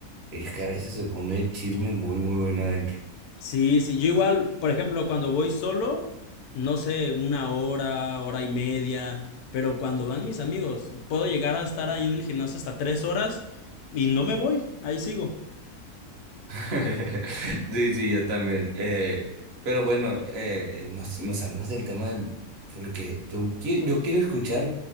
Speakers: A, on the right (about 50°); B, on the left (about 80°).
A: Es que a veces se pone el chisme muy, muy bueno adentro.
B: Sí, sí, yo igual, por ejemplo, cuando voy solo, no sé, una hora, hora y media, pero cuando van mis amigos, puedo llegar a estar ahí en el gimnasio hasta tres horas y no me voy, ahí sigo.
A: <laughs> Sí, sí, yo también. Eh, pero bueno, eh, nos, nos salimos del tema del- porque tú, qui- yo quiero escuchar